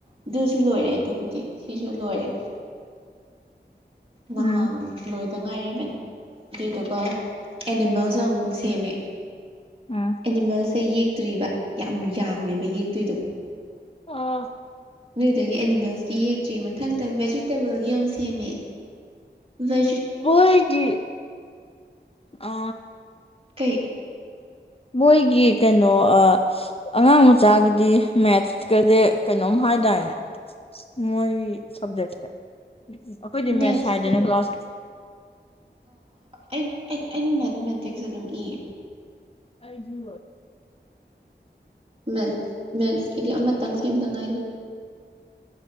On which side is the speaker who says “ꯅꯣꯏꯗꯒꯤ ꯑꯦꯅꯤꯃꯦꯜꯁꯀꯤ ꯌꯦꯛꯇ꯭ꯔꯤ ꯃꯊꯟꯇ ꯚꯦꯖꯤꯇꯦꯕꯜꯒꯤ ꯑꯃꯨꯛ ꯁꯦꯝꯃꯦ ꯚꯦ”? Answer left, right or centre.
Right